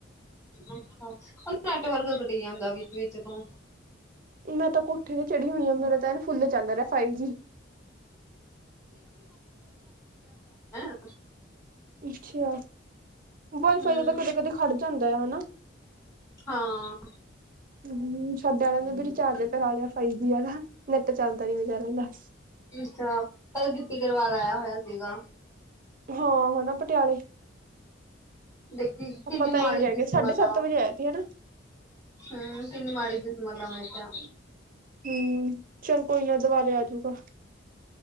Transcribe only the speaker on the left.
ਅੱਛਾ ਉਹ ਨੈਟਵਰਕ ਘਟੀ ਜਾਂਦਾ ਵਿੱਚ ਵਿਚ ਤਾਂ
ਹ <inaudible>
ਹੂੰ
ਹਾਂ
ਅੱਛਾ ਕੱਲ ਗਿੱਪੀ ਗਰੇਵਾਲ ਆਇਆ ਹੋਇਆ ਸੀਗਾ।
ਦੇਖੀ
ਕਿੰਨੀ
ਮਾੜੀ
ਕਿਸਮਤ
ਆ।
ਹੂੰ ਕਿੰਨੀ ਮਾੜੀ ਸੀ ਕਿਸਮਤ ਆ ਮੈਂ ਕਿਹਾ।